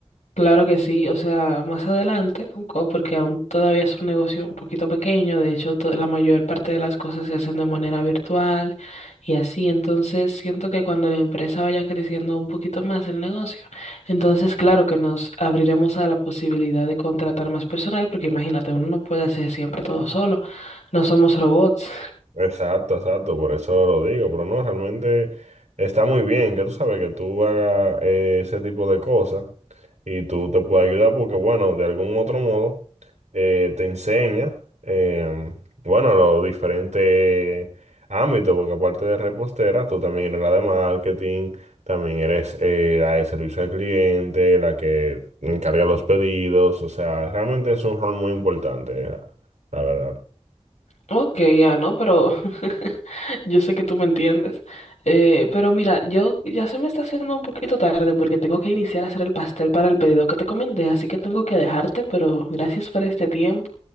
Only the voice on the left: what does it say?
Claro que sí, o sea, más adelante, co- porque aún todavía es un negocio un poquito pequeño, de hecho, to- la mayor parte de las cosas se hacen de manera virtual y así, entonces siento que cuando la empresa vaya creciendo un poquito más el negocio, entonces claro que nos abriremos a la posibilidad de contratar más personal, porque imagínate, uno no puede hacer siempre todo solo, no somos robots.
Ok, ah, no, pero <laughs> Yo sé que tú me entiendes, eh, pero mira, yo ya se me está haciendo un poquito tarde porque tengo que iniciar a hacer el pastel para el pedido que te comenté, así que tengo que dejarte, pero gracias por este tiempo.